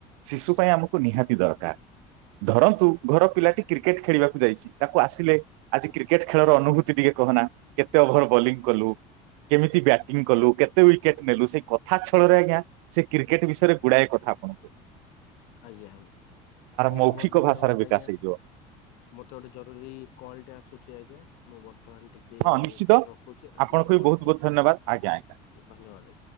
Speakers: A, on the right; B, on the left.
A: ଶିଶୁ ପାଇଁ ଆମକୁ ନିହାତି ଦରକାର। ଧରନ୍ତୁ ଘର ପିଲାଟି କ୍ରିକେଟ ଖେଳିବାକୁ ଯାଇଚି। ତାକୁ ଆସିଲେ ଆଜି କ୍ରିକେଟ ଖେଳର ଅନୁଭୂତି ଟିକେ କହନା କେତେ ଓଭର ବୋଲିଂ କଲୁ? କେମିତି ବ୍ୟାଟିଂ କଲୁ କେତେ ୱିକେଟ୍ ନେଲୁ। ସେଇ କଥା ଛଳରେ ଆଜ୍ଞା ସେ କ୍ରିକେଟ୍ ବିଷୟରେ ଗୁଡାଏ କଥା ଆପଣ କହିବ।
B: ଆଜ୍ଞା ବହୁତ
A: ମୌଖିକ
B: ବହୁତ ଧନ୍ୟବାଦ
A: ଭାଷାର ବିକାଶ
B: ଆଜ୍ଞା।
A: ହେଇଯିବ
B: ମତେ ଗୋଟେ ଜରୁରୀ କଲ ଟେ ଆସୁଚି ଆଜ୍ଞା। ମୁଁ ବର୍ତ୍ତମାନ ଟିକେ
A: ହଁ ନିଶ୍ଚିତ
B: ରଖୁଛି
A: ଆପଣଙ୍କୁ ବି
B: କଲ୍
A: ବହୁତ
B: କ
A: ବହୁତ ଧନ୍ୟବାଦ ଆଜ୍ଞା ଆଜ୍ଞା।
B: ଧନ୍ୟବାଦ ଆଜ୍ଞା।